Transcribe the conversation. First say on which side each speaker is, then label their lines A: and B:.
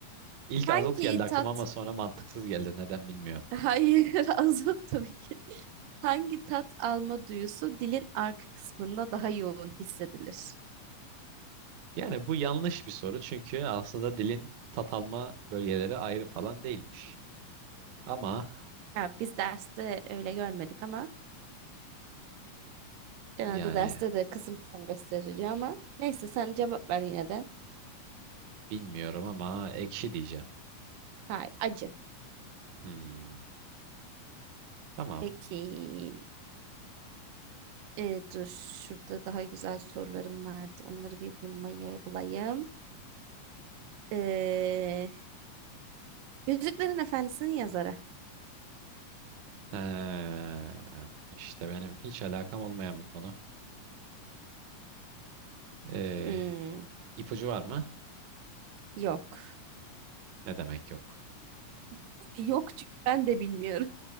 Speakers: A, on the right; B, on the right.
A: İlk
B: Hangi
A: azot geldi aklıma
B: tat?
A: ama sonra mantıksız geldi. Neden bilmiyorum.
B: <laughs> Hayır, azot tabii ki. Hangi tat alma duyusu dilin arka kısmında daha yoğun hissedilir?
A: Yani bu yanlış bir soru çünkü aslında dilin tat alma bölgeleri ayrı falan değilmiş. Ama
B: Ya biz derste öyle görmedik ama genelde
A: yani
B: derste de kısım kısım gösteriliyor ama neyse sen cevap ver yine de.
A: bilmiyorum ama ekşi diyeceğim.
B: Hayır, acı.
A: Hmm, tamam.
B: Peki. Ee, dur şurada daha güzel sorularım vardı. Onları bir bulmayı bulayım. Ee, Yüzüklerin Efendisi'nin yazarı.
A: Ee, işte benim hiç alakam olmayan bir konu. Ee,
B: Hmm,
A: ipucu var mı?
B: yok.
A: Ne demek yok?
B: <laughs> Yok çünkü ben de bilmiyorum. <laughs>